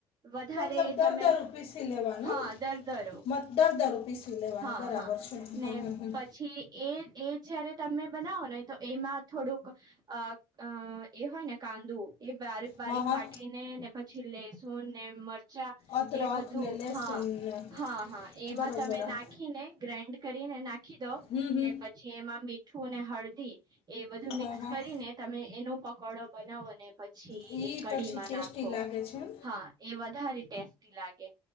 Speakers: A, on the right; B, on the left.
A: વધારે
B: મતલબ દરદરું
A: તમે
B: પીસી લેવાનું
A: હા
B: ને
A: દરદરો
B: મત દરદરું પીસી લેવાનું
A: હા.
B: બરાબર
A: હા,
B: છે હમ હમ
A: ને
B: હમ.
A: પછી એ એ જયારે તમે બનાવો તો એમાં થોડુંક અ એ હોય ને કાંદું એ બારીક બારીક
B: હા હા
A: કાઢીને, ને પછી લેસું ને મરચા,
B: અદરક
A: એ બધું
B: ને લહેસુન
A: હા,
B: ને
A: હા, હા એમાં
B: બરોબર
A: તમે
B: હા.
A: નાખીને ગ્રાઇન્ડ કરીને નાખી દો
B: હમ હમ
A: ને પછી એમાં મીઠું અને હળદી, એ બધું મિક્સ
B: હા હા
A: કરીને તમે એનો પકોડો બનાવો ને પછી
B: ઈ
A: એ કઢીમાં
B: પછી ટેસ્ટી
A: નાખો
B: લાગે છે ને
A: હા એ વધારે ટેસ્ટી લાગે,